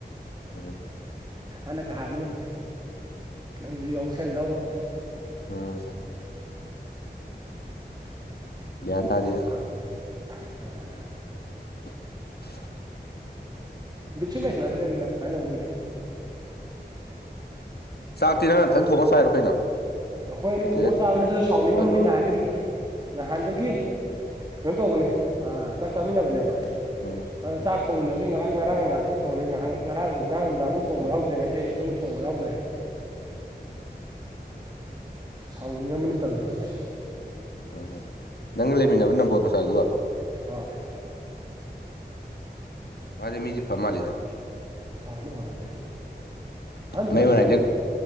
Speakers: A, on the left; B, on the right.
A: ꯎꯝ
B: ꯑꯅ ꯀꯍꯥꯅꯤꯅ꯫ ꯅꯪꯁꯨ ꯌꯥꯎꯁꯜꯂꯧ
A: <unintelligible> ꯎꯝ
B: <unintelligible>
A: ꯒ꯭ꯌꯥꯟ ꯇꯥꯗꯦꯗ <unintelligible>
B: ꯕꯤꯠ ꯁꯨꯝ ꯂꯩꯁꯤꯜꯂꯛꯇ꯭ꯔꯦꯅ ꯀꯥꯏꯅꫭꯝꯑꯅꯦ꯫
A: ꯆꯥꯛꯇꯤ ꯅꯪ ꯅꯊꯟ ꯊꯣꯡꯑ ꯆꯥꯏꯔꯣ ꯀꯩꯅꯣ꯫
B: ꯑꯈꯣꯏ ꯑꯅꯤ
A: ꯅꯠꯇꯦꯗ
B: ꯊꯣꯡꯑ ꯆꯥꯕꯅꯤ ꯑꯗꯨꯁꯨ ꯁꯥꯎꯅꯤꯡꯉꯝꯕꯅꯤ
A: ꯊꯣꯏꯕ
B: ꯉꯍꯥꯟꯗꯒꯤ ꯉꯍꯥꯟꯗꯒꯤ ꯀꯩꯅꯣ ꯇꯧꯕꯅꯦ ꯑ ꯆꯥꯛ ꯆꯥꯃꯤꯟꯅꯕꯅꯦꯕ
A: ꯎꯝ
B: ꯑꯗ ꯆꯥꯛ ꯊꯣꯡꯃꯤꯟꯅꯕꯁꯤ ꯉꯔꯥꯡ ꯉꯔꯥꯡ ꯉꯍꯥꯟ ꯈꯛ ꯊꯣꯡꯃꯤꯅꯤ ꯉꯥꯏꯍꯥꯛ ꯉꯔꯥꯡ ꯉꯔꯥꯡ ꯅꯨꯡꯗꯥꯡ ꯑꯃꯨꯛ ꯊꯣꯡꯕ ꯌꯥꯎꯗ꯭ꯔꯦ ꯉꯁꯤ ꯑꯌꯨꯛ ꯑꯃꯨꯛ ꯊꯣꯡꯕ ꯌꯥꯎꯗ꯭ꯔꯦ꯫ <unintelligible> ꯁꯥꯎꯅꯤꯡꯑꯝꯑꯅꯤ ꯇꯧꯋꯔꯤ ꯊꯕꯛꯁꯦ꯫
A: ꯎꯝ ꯅꯪꯅ ꯂꯩꯃꯤꯟꯅꯕ ꯅꯝꯕꯣꯜ ꯃꯆꯥꯗꯨꯒ꯫
B: ꯍꯣꯏ꯫
A: ꯃꯥꯗꯤ ꯃꯤꯗꯤ ꯐ ꯃꯥꯂꯤꯗ꯫
B: ꯐꯕꯅꯦ ꯐꯕꯨꯗꯤ ꯍꯟꯁꯨ
A: ꯃꯩ
B: ꯑꯍꯟꯅꯤ
A: ꯃꯅꯥꯏ
B: ꯀꯩꯅꯣ꯫
A: ꯂꯦꯛ